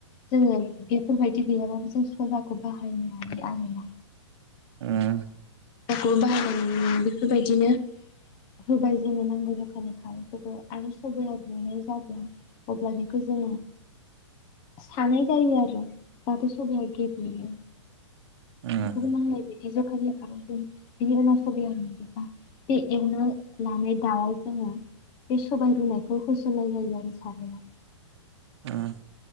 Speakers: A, on the left; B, on the right.
A: जोङो बेफोरबायदि गैयाबाबो जों सौदाखौ बाहायनो हायो आरोना
B: ओम
A: खौ बाहायनानै बेफोरबायदिनो होबाय जोंनो नांगौ जखानि खारैफोरखौ आरो सबाया रुयनाय जागोन अब्ला बेखौ जों सानाय जायो आरो जाहाथे सबाया गेब्लेयो
B: उम
A: <unintelligible> दि ज'खानि <unintelligible> जों बिनि उनाव सबयाव रुयजोबबा बे एवना लानाय दाउआव जोङो बे सबाय रुनायखौ होसननाय जायो आरो <unintelligible>
B: ओम